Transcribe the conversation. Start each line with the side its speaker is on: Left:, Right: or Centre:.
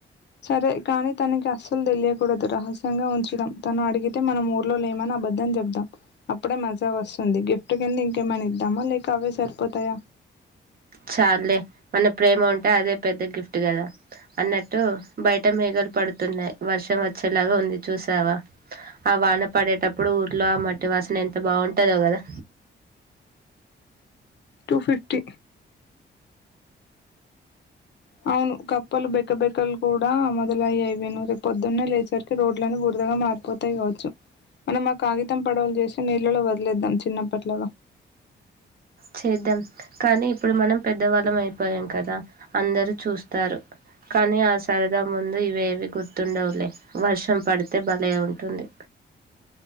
Left: సరే కాని తనకి అస్సలు తెలియకూడదు రహస్యంగా ఉంచుదాం తను అడిగితే మనం ఊర్లో లేమని అబద్ధం చెబ్దాం అప్పుడే మజ వస్తుంది గిఫ్ట్ కింద ఇంకేమైనా ఇద్దామా లేక అవే సరిపోతాయా
Right: చాల్లే మన ప్రేమ ఉంటే అదే పెద్ద గిఫ్ట్ కదా అన్నట్టు బయట మేగ పడుతున్నాయి వర్షం వచ్చేలాగా ఉంది చూసావా ఆ వాన పడేటప్ అప్పుడు ఊర్లో ఆ మట్టి వాసన ఎంత బాగుంటుందో కదా
Left: టూ ఫిఫ్టీ అవును కప్పలు బెక బెకలు కూడా మొదలయ్యాయి విను రేపు పొద్దున్నే లేచరకి రోడ్లని కూడ్ బుధగా మారిపోతాయి కావచ్చు మనం ఆ కాగితం పడవలు చేసి నీళ్ళలో వదిలేద్దాం చిన్నప్పట్లాగా
Right: చేద్దాం కానీ ఇప్పుడు మనం పెద్దవాళ్ళం అయి పోయాం కదా అందరు చూస్తారు కానీ ఆ సరదా ముందు ఇవేవి గుర్తుండవులే వర్షం పడితే భలే ఉంటుంది